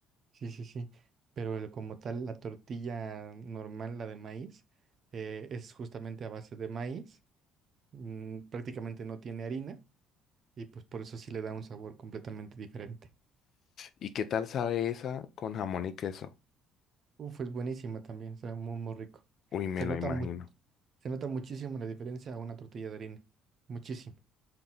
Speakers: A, on the right; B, on the left.
A: Sí, sí, sí. Pero el- como tal, la tortilla normal, la de maíz, eh, es justamente a base de maíz, mm, prácticamente no tiene harina, y pues por eso sí le da un sabor completamente diferente.
B: ¿Y qué tal sabe esa con jamón y queso?
A: Uf, es buenísima también, sabe muy, muy rico.
B: Uy, me
A: Se
B: lo
A: nota
B: imagino.
A: mu- se nota muchísimo la diferencia a una tortilla de harina. Muchísimo.